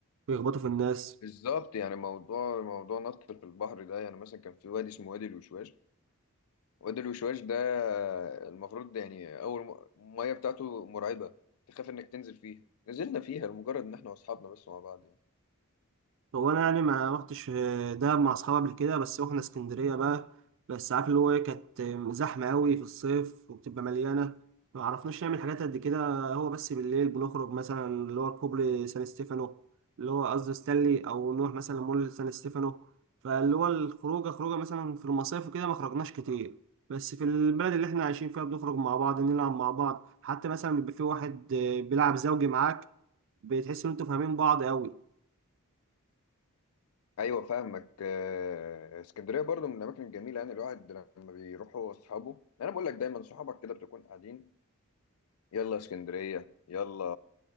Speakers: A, on the right; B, on the left.
A: بيخبطوا في الناس
B: بالظبط يعني موضوع موضوع نط في البحر ده يعني مثلا كان في وادي اسمه وادي الوشواش وادي الوشواش ده المفروض ده يعني اول م- الميه بتاعته مرعبه تخاف انك تنزل فيها نزلنا فيها لمجرد ان احنا واصحابنا بس مع بعض يعني
A: هو انا يعني ما رحتش دهب مع اصحابي قبل كده بس رحنا اسكندريه بقى بس عارف اللي هو ايه كانت زحمه قوي في الصيف وبتبقى مليانه ما عرفناش نعمل حاجات قد كده هو بس بالليل بنخرج مثلا اللي هو كوبري سان ستيفانو اللي هو قصدي ستانلي او نروح مثلا مول سان ستيفانو فاللي هو الخروجه خروجه مثلا في المصايف وكده ما خرجناش كتير بس في البلد اللي احنا عايشين فيها بنخرج مع بعض نلعب مع بعض حتى مثلا بيبقى في واحد بيلعب زوجي معاك بتحس ان انتوا فاهمين بعض قوي
B: ايوه فاهمك آه، اسكندريه برضو من الاماكن الجميله يعني الواحد لما بيروح هو واصحابه انا بقول لك دايما صحابك كده بتكون قاعدين يلا اسكندريه يلا